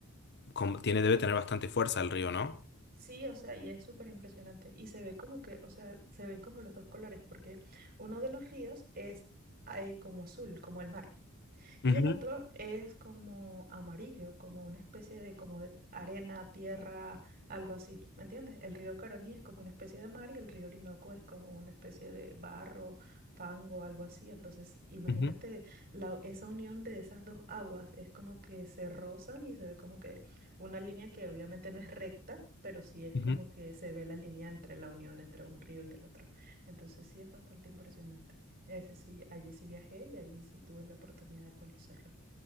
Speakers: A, on the left (about 50°); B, on the right (about 40°).
A: com- tiene, debe tener bastante fuerza el río, ¿no?
B: Sí, o sea, y es súper impresionante. Y se ve como que, o sea, se ven como los dos colores, porque uno de los ríos es eh, como azul, como el mar. Y
A: Ujú,
B: el otro es como amarillo, como una especie de, como de arena, tierra, algo así, ¿me entiendes? El río Caroní es como una especie de mar y el río Orinoco es como una especie de barro, fango, algo así. Entonces, imagínate
A: ujú,
B: la, esa unión de esas dos aguas, es como que se rozan y se ve como que una línea que obviamente no es recta, pero sí es
A: ujú.
B: como que se ve la línea entre la unión entre un río y el otro. Entonces, sí es bastante impresionante. Ese sí, allí sí viajé y allí sí tuve la oportunidad de conocerlo.